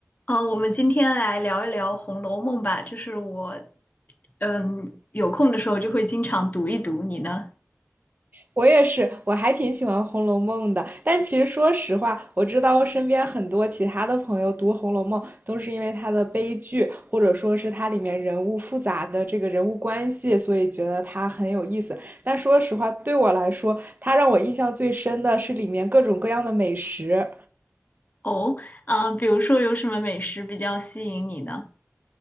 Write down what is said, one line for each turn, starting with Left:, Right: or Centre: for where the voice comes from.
Left: 嗯，呃我们今天来聊一聊《红楼梦》吧。就是我，嗯，有空的时候就会经常读一读。你呢？
Right: 我也是，我还挺喜欢《红楼梦》的。但其实说实话，我知道身边很多其他的朋友读《红楼梦》都是因为它的悲剧，或者说是它里面人物复杂的这个人物关系，所以觉得它很有意思。但说实话，对我来说，它让我印象最深的是里面各种各样的美食。
Left: 哦，啊，比如说有什么美食比较吸引你呢？